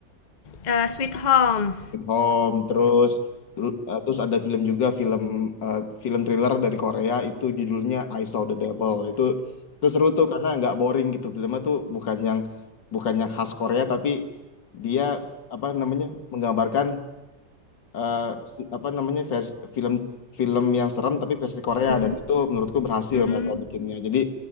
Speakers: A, on the left; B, on the left.
A: Eh, Sweet Home.
B: Sweet Home terus teru- eh, terus ada film juga film eh, film thriller dari Korea itu judulnya I Saw the Devil itu itu seru tuh karena nggak boring gitu filmnya tuh bukan yang bukan yang khas Korea tapi dia apa namanya menggambarkan eh, si- apa namanya vers- film film yang serem tapi versi Korea
A: Mm.
B: dan itu menurutku berhasil
A: Mm.
B: mereka bikinnya. Jadi